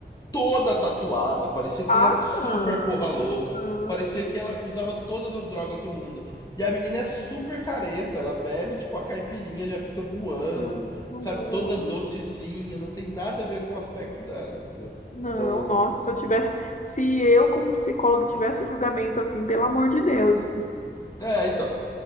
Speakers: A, on the left; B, on the left.
A: toda tatuada. Parecia que
B: ah,
A: ela era super
B: não,
A: porra louca.
B: não.
A: Parecia que ela usava todas as drogas do mundo. E a menina é super careta. Ela bebe, tipo, a caipirinha já fica voando.
B: Não, não,
A: Sabe? Toda docezinha. Não tem nada a ver com o aspecto dela, entendeu?
B: não,
A: Então.
B: nossa, se eu tivesse, se eu como psicóloga tivesse julgamento assim, pelo amor de Deus.
A: É, então.